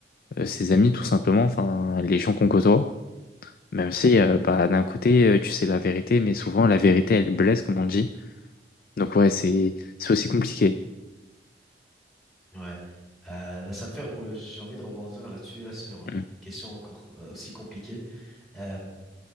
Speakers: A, on the left (about 55°); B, in the centre.
A: euh, ses amis, tout simplement, enfin, les gens qu'on côtoie. Même si, euh, bah, d'un côté, euh, tu sais la vérité, mais souvent, la vérité, elle blesse, comme on dit. Donc, ouais, c'est, c'est aussi compliqué.
B: Ouais. Euh, ça me fait rebo- j'ai envie de rebondir là-dessus là sur
A: Mm.
B: une question encore euh, aussi compliquée. Euh,